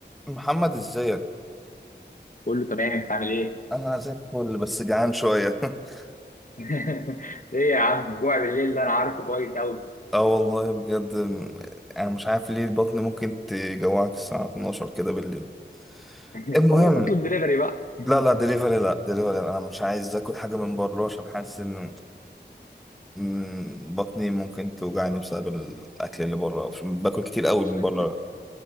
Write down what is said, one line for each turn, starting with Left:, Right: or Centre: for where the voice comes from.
Centre: محمد ازيك
Left: كله تمام انت عامل ايه؟
Centre: انا زي الفل بس جعان شويه <laughs>
Left: <laughs> ايه يا عم جوع بالليل ده انا عارفه كويس قوي
Centre: اه والله بجد م- انا مش عارف ليه البطن ممكن تجوعك الساعه 12 كده بالليل
Left: <laughs>
Centre: المهم
Left: خلاص اطلب دليفري بقى <laughs>
Centre: لا لا دليفري لا دليفري انا مش عايز اكل حاجه من بره عشان حاسس ان إن بطني ممكن توجعني بسبب الاكل اللي بره عشان باكل كتير قوي
Left: شكلك
Centre: من بره